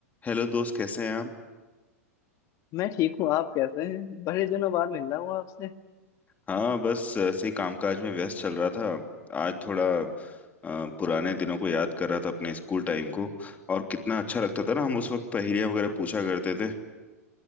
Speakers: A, on the left; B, on the left.
A: Hello दोस्त कैसे हैं आप
B: मैं ठीक हूँ आप कैसे हैं बड़े दिनों बाद मिल रहा हूँ आपसे
A: हाँ बस ऐसे ही कामकाज में व्यस्त चल रहा था आज थोड़ा अ, पुराने दिनों को याद कर रहा था अपने स्कूल टाइम को और कितना अच्छा लगता था ना हम उस वक्त पहेलियां वगैरह पूछा करते थे